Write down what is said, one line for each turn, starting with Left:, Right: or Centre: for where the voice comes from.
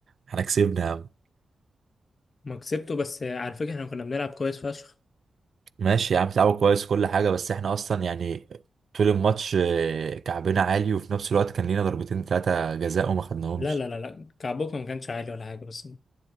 Right: احنا كسبنا يا عم
Left: ما كسبته بس على فكره احنا كنا بنلعب كويس فشخ
Right: ماشي يا عم لعبوا كويس كل حاجة بس احنا اصلا يعني طول الماتش آه، كعبنا عالي وفي نفس الوقت كان لينا ضربتين ثلاثة جزاء وما خدناهمش
Left: لا لا لا لا كعبكم ما كانش عالي ولا حاجه بس